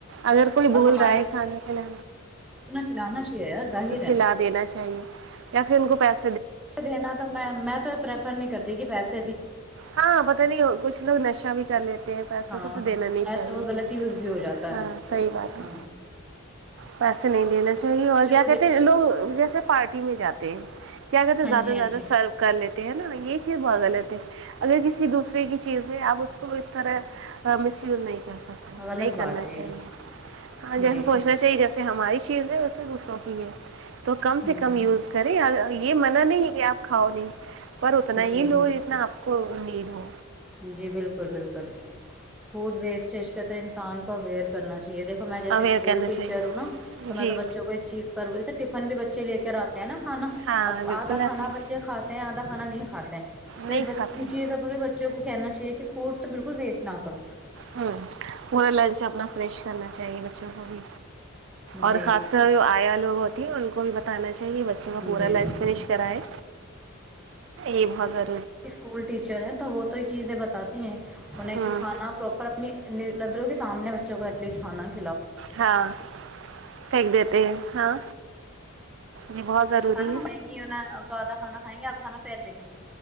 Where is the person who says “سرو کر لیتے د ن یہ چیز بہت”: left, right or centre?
Right